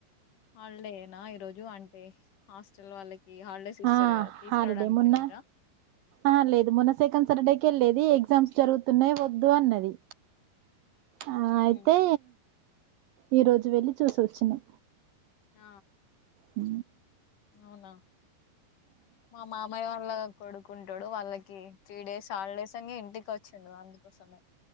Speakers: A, on the left; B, on the right.
A: హాలిడేనా ఈరోజు అంటే హాస్టల్ వాళ్ళకి హాలిడేస్ ఇస్తారు
B: ఆ
A: కదా తీసుకురావడానికి
B: హాలిడే మొన్న
A: వెళ్ళిండ్రా
B: ఆ లేదు మొన్న సెకండ్ సాటర్డే కే లేదు ఎగ్జామ్స్ జరుగు తునే వద్దు అన్నది ఆ
A: ఉమ్
B: అయితే ఈ రోజు వెళ్ళి చూసి వచ్చినం
A: ఆ
B: హ
A: అవునా మా మామయ్య వాళ్ళ కొడుకు ఉంటాడు వాళ్ళకి త్రీ డేస్ హాలిడేస్ అని ఇంటికి వచ్చిండు అందుకోసమే